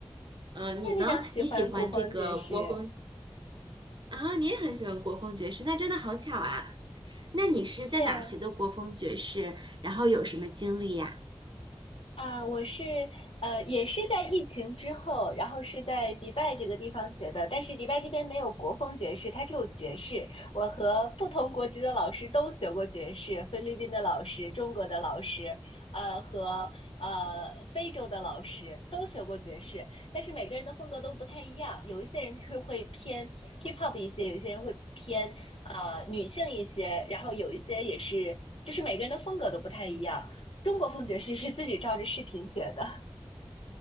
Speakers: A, on the right (about 55°); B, on the left (about 85°).
A: 呃，
B: 我也非常喜欢古风爵士。
A: 你呢？你喜欢这个国风啊？你也很喜欢国风爵士，那真的好巧啊！那你是在哪儿学的国风爵士？
B: 对呀，
A: 然后有什么经历呀？
B: 啊，我是呃，也是在疫情之后，然后是在迪拜这个地方学的，但是迪拜这边没有国风爵士，它只有爵士。我和不同国籍的老师都学过爵士，菲律宾的老师、中国的老师，呃，和呃非洲的老师都学过爵士，但是每个人的风格都不太一样，有一些人是会偏 hip hop 一些，有一些人会偏呃女性一些，然后有一些也是，就是每个人的风格都不太一样。中国风爵士是自己照着视频学的。